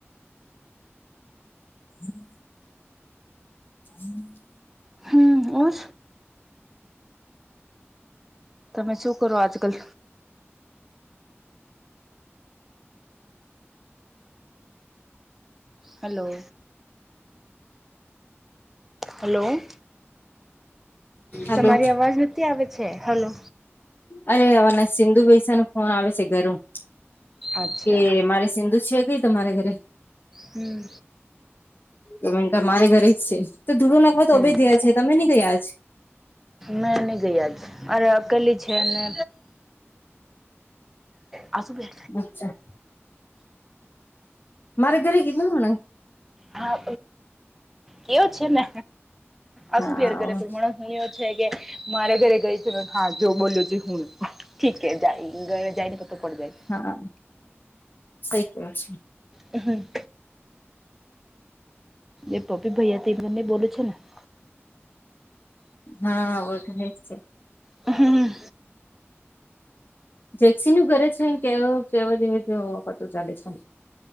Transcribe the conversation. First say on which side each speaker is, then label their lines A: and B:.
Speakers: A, on the left; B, in the centre.
A: હમ. હમ.
B: હમ, ઓર. તમે શું કરો, આજકલ? હલો. હલો.
A: હેલો
B: તમારી અવાજ ન આવે છે, હલો.
A: અરે અ સિંધુભાઈસા નું ફોન આવે છે, ઘરું.
B: અચ્છા
A: કે મારે સિંધુ છે, કઈ તમારા ઘરે
B: હમ.
A: તો મેનકા મારે ઘરે જ છે, તો ધૂડું નાખવા તો
B: હમ
A: અભય ગયા છે, તમે નહી થયા જ.
B: મેં નહી ગયા જ અરે અકેલી છે ને. અસું બે.
A: અચ્છા મારે ઘરે કીધુંને.
B: હા કે ઓ છે મે અસ
A: હા
B: પર કરે પરણ <unintelligible> હું એ છે કે, મારે ઘરે ગઈ છે. હા, જો બોલ્યો હું ઠીે જાય ગ જાયને પત કો જાય <unintelligible>
A: હા, સઈ કે છે.
B: હમ. એ પપી ભૈયા ત ઘને બોલોું છે ને <unintelligible>
A: હા હ બો તો હ છે <unintelligible>
B: હમ.
A: જેક્સી નું ઘરે જ છે, કેવ કે દિવપરતો ચાલે છે.